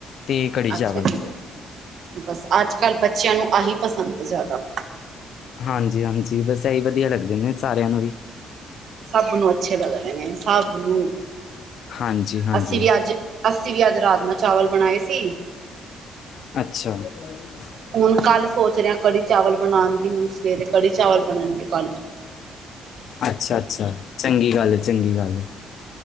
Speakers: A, on the left; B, on the right.
A: ਤੇ ਕੜੀ
B: ਅੱਛਾ
A: ਚਾਵਲ
B: ਜੀ। ਬਸ ਅੱਜ ਕੱਲ੍ਹ ਬੱਚਿਆਂ ਨੂੰ ਆਹੀ ਪਸੰਦ ਏ ਜ਼ਾਦਾ
A: ਹਾਂਜੀ, ਹਾਂਜੀ ਬਸ ਏਹੀ ਵਧੀਆ ਲੱਗਦੇ ਨੇ ਸਾਰਿਆਂ ਨੂੰ ਵੀ
B: ਸਭ ਨੂੰ ਅੱਛੇ ਲੱਗਦੇ ਨੇ ਸਭ ਨੂੰ
A: ਹਾਂਜੀ ਹਾਂਜੀ
B: ਅਸੀਂ ਵੀ ਅੱਜ ਅਸੀਂ ਵੀ ਅੱਜ ਰਾਜਮਾਂ ਚਾਵਲ ਬਣਾਏ ਸੀ।
A: ਅੱਛਾਾਾਾਾਾ।
B: ਹੁਣ, ਕੱਲ ਸੋਚ ਰਿਹਾ ਕੜੀ ਚਾਵਲ ਬਣਾਉਣ ਦੀ ਹੋ, ਸਵੇਰੇ ਕੜੀ ਚਾਵਲ ਬਣਣਗੇ ਕੱਲ।
A: ਅੱਛਾ ਅੱਛਾ, ਚੰਗੀ ਗੱਲ ਏ ਚੰਗੀ ਗੱਲ ਏ।